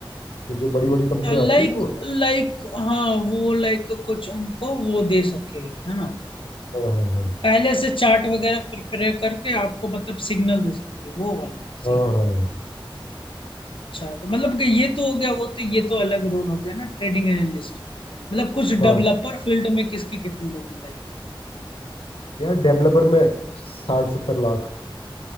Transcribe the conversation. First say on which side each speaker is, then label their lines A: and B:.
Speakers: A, on the left; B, on the left.
A: तो जो बड़ी बड़ी कंपनियां
B: लाइक
A: आती है वो
B: लाइक हाँ वो लाइक कुछ उनको वो दे सके है ना
A: हाँ हाँ हाँ
B: पहले से चार्ट वगैरह प्रिपेयर करके आपको मतलब सिग्नल दे सकती है वो वाला
A: हाँ
B: सीन
A: हाँ
B: अच्छा तो मतलब कि ये तो हो गया वो तो ये तो अलग रोल हो गया ना ट्रेडिंग एनालिस्ट मतलब कुछ
A: हाँ।
B: डेवलपर फील्ड में किसकी कितनी लगी लाइक
A: यार डेवलपर में साठ सत्तर लाख